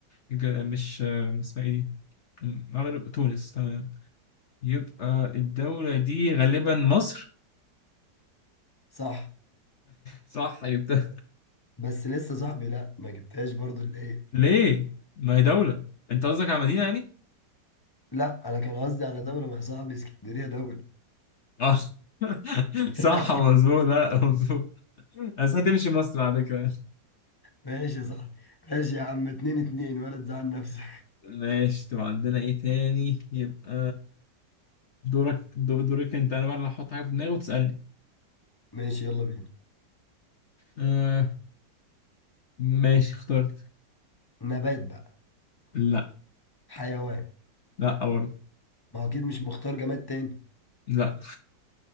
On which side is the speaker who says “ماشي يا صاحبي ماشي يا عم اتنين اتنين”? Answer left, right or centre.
Left